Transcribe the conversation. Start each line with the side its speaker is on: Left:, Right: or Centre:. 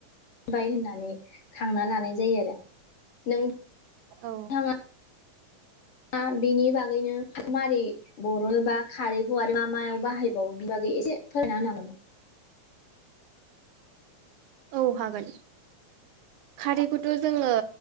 Left: बाय होननानै खांना लानाय जायो आरो नों
Right: औ
Left: थाङा दा बिनि बागैनो मारै बरनो बा खारैखौ आरो मा मायाव बाहायबावो बेनि बागै एसे फोरमायना होनो हागोन नामा?
Right: औ हागोन खारैखौथ‌ जोङो